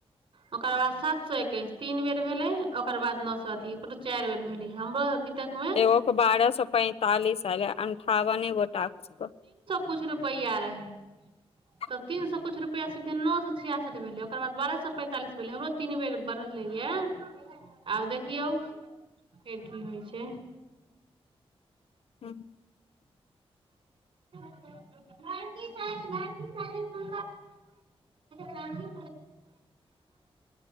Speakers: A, on the right; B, on the left.
A: ओकर बाद सात सए एकैस तीन बेर भेलै ओकर बाद नओ सो अथी ककरो चारि बेर भेले हमरो अभी तक मे
B: एगो बारह सौ पैंतालिस आयले अनठावने गो टास्क पर
A: कछ रुपैआ रहै
B: <unintelligible>
A: तऽ तीन सए किछु रुपैआ सीधी नओ सए छिसठि भेलै ओकर बाद बारह सए पैंतालिस भेलै हमरो तीन बेर बढ़लैए आब देखियौ फेर की होइ छै
B: हँ <inaudible>
A: लक सा लक सा <unintelligible> प नाम